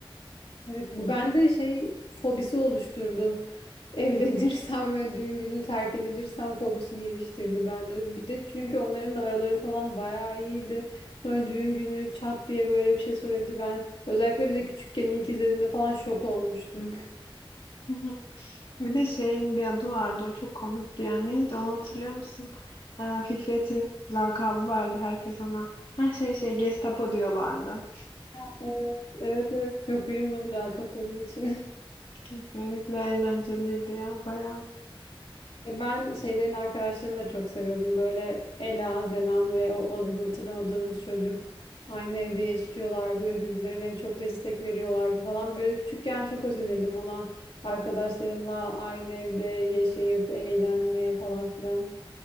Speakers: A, on the left (about 90°); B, on the left (about 70°).
A: Evet, bu bende şey fobisi oluşturdu. <laughs> Evlenirsem ve düğün günü terk edilirsem fobisi geliştirdi bende. Bir de çünkü onların da araları falan bayağı iyiydi. Sonra düğün günü çat diye böyle bir şey söyledi. Ben özellikle bir de küçükken ilk izlediğimde falan şok olmuştum.
B: Hı hı. Bir de şeyin bir adı vardı o çok komikti yani neydi onu hatırlıyor musun? Ee, Fikret'in lakabı vardı herkes ona her şey şey Gestapo diyorlardı.
A: Ha, Evet, evet, evet. Çok uyumlu bir lakap onun için.
B: Kesinlikle eğlenceliydi ya bayağı.
A: Ya ben şeylerin arkadaşlarını da çok seviyordum. Böyle Ela, Zenan ve o adını hatırlamadığımız çocuk aynı evde yaşıyorlardı ve birbirlerine çok destek veriyorlardı falan. Böyle küçükken çok özenirdim ona arkadaşlarınla aynı evde yaşayıp eğlenmeye falan filan.